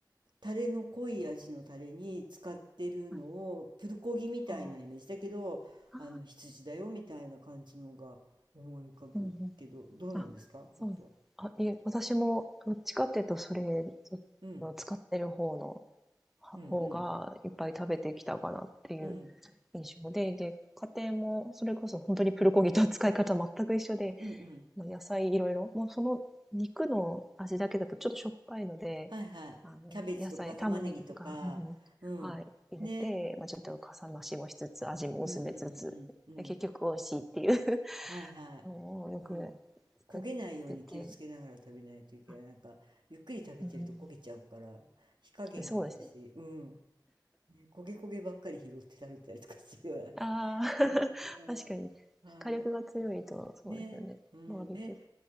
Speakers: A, on the right (about 80°); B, in the centre.
A: タレの濃い味のタレに使ってるのを、
B: はい、
A: プルコギみたいなイメージだけど、
B: ああ、
A: あの、羊だよみたいな感じのが思い浮かぶけど、
B: うん、うん。
A: どうなんですか本当は。
B: あ、そう。あ、いえ、私もどっちかっていうと、それ、そっちの使ってる方の、
A: うん、
B: は方がいっぱい食べてきたかなっていう
A: うん、うん。うん
B: 印象で、で、家庭もそれこそ本当にプルコギと使い方全く一緒で、
A: うんうん。
B: もう野菜いろいろ。もうその肉の味だけだとちょっとしょっぱいので、
A: はいはい。
B: あの、
A: キャベツとか玉ねぎとか、
B: 野菜、玉ねぎとか、うんはい、
A: うん。
B: 入れて、
A: ね。うん
B: まあちょっとかさ増しもしつつ、味も薄めつつ、
A: うんうんうんうん。
B: で、結局美味しいっていう
A: はいはい。
B: <laughs> のをよく作ってて、
A: うん。焦げないように気をつけながら食べないといけない。
B: あ、
A: なんか、ゆっくり食べてると焦げちゃうから、
B: うん
A: 火加減が私、
B: そうですね。
A: うん。ね、焦げ焦げばっかり拾って食べたりとかするような。
B: ああ、<laughs>
A: うんは
B: 確かに、火力が強いと、そうですよね。
A: い。ね。うん。
B: バーベキュー。
A: え、